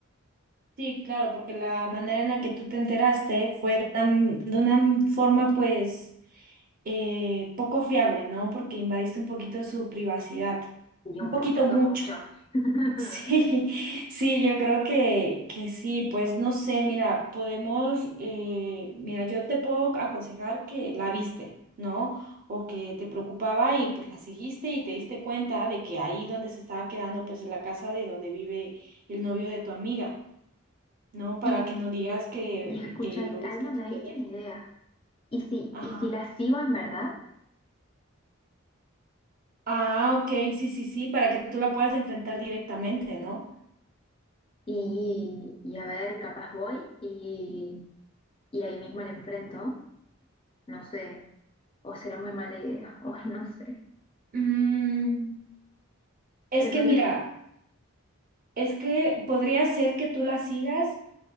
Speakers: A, on the right (about 40°); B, on the left (about 25°).
A: Sí, claro, porque la manera en la que tú te enteraste fue de una, de una forma pues eh, poco fiable, ¿no? Porque invadiste un poquito su privacidad,
B: Y
A: un
B: un
A: poquito
B: poquito
A: mucho.
B: mucho. <laughs>
A: Sí, <laughs> sí, yo creo que, que sí, pues no sé, mira, podemos, eh, mira, yo te puedo aconsejar que la viste, ¿no? O que te preocupaba y pues la seguiste y te diste cuenta de que ahí donde se estaba quedando pues en la casa de donde vive el novio de tu amiga. ¿no? Para
B: Y,
A: que no digas que,
B: y escucha,
A: que lo viste
B: Alma,
A: en
B: me
A: su teléfono.
B: diste una idea. ¿Y si,
A: Ajá.
B: y si la sigo en verdad?
A: Ah, ok, sí, sí, sí, para que tú la puedas enfrentar directamente, ¿no?
B: Y, y a ver, capaz voy y, y ahí mismo le enfrento, no sé, o será muy mala idea, <laughs> o no sé.
A: Mm, es
B: El problema
A: que mira,
B: es
A: es que podría ser que tú la sigas,